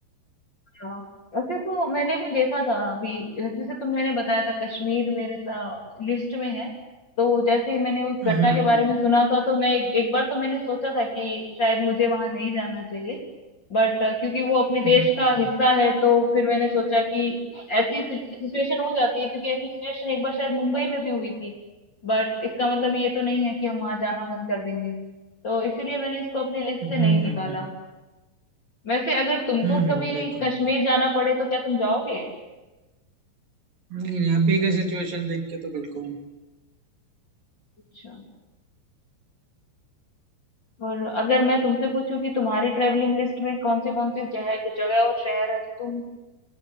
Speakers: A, on the left (about 25°); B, on the right (about 55°).
A: हाँ, वैसे तो मैंने भी देखा था अभी जैसे तुम मैंने बताया था कश्मीर मेरे लिस्ट में है तो जैसे ही मैंने उस
B: हम्म
A: घटना के बारे
B: हम्म
A: में सुना था तो मैं एक, एक बार तो मैंने सोचा था कि शायद मुझे वहां नहीं जाना चाहिए बट क्योंकि वो अपने देश
B: हम्म हम्म
A: का हिस्सा है तो फिर मैंने सोचा कि ऐसी सिचुएशन हो जाती है क्योंकि ऐसी सिचुएशन एक बार शायद मुंबई में भी हुई थी बट इसका मतलब ये तो नहीं है कि हम वहां जाना बंद कर देंगे तो इसीलिए मैंने इसको अपनी लिस्ट
B: हम्म
A: से नहीं
B: हम्म
A: निकाला
B: हम्म,
A: वैसे अगर तुमको
B: हम्म,
A: कभी
B: बिल्कुल
A: कश्मीर
B: बिल्कुल
A: जाना पड़े तो क्या तुम जाओगे
B: नहीं नहीं अभी का सिचुएशन देख के तो बिल्कुल
A: अच्छा और अगर मैं तुमसे पूछूं कि तुम्हारी ट्रेवलिंग लिस्ट में कौन से कौन से जगह जगह और शहर है तो तुम